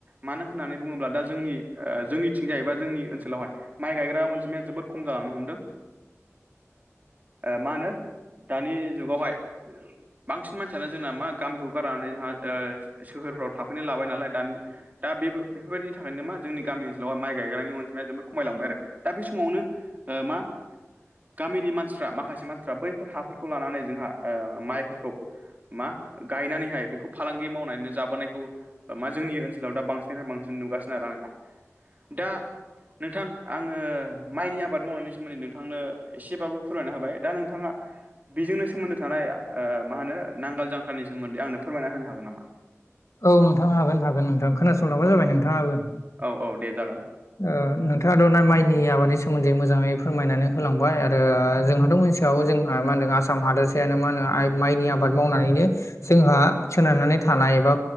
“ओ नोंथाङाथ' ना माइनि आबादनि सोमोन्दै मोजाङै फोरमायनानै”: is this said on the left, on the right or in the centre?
Left